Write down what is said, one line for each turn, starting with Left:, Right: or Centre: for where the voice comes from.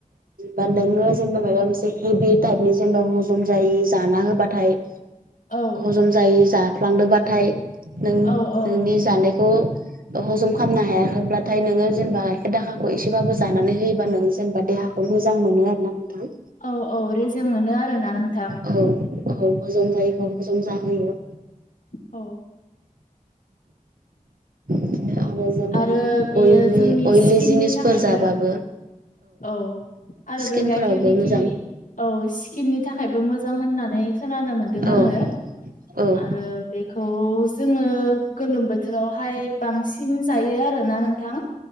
Right: बा नोङो जेनेबा माबा मोनसे हेबि टाइपनि जेनेबा हजम जायो जाना होबाथाय
Left: औ
Right: जम जायै जाफ्लांदोंबाथाय नों नोंनि
Left: औ औ
Right: जानायखौ हजम खालामनो हायाखैब्लाथाय नोङो जेनेबा गाइखेर दाखाखौ एसे थबाबो जानानै होयोबा नों जेनेबा देहाखौ मोजां मोनो आरोना नोंथां
Left: औ - औ रेजे मोनो आरोोना नों
Right: औ औ हजम जायोब हजम जाहोयो
Left: औ
Right: बिदिनो आरो जेनेबा
Left: आरो बेयो
Right: अइलि
Left: जोंनि
Right: अइलि
Left: स्किननि
Right: जिनिसफोर
Left: थाखायबो
Right: जाबाबो
Left: औ आरो
Right: स्किनफोरावबो
Left: बे गाइखेर मखि
Right: मोजां
Left: औ स्किननि थाखायबो मोजां होननानै खोनानो मोनदों आङो
Right: औ औ
Left: आरो बे खौ जोङो गोलोम बोथोरावहाय बांसिन जायो आरोना नोंथां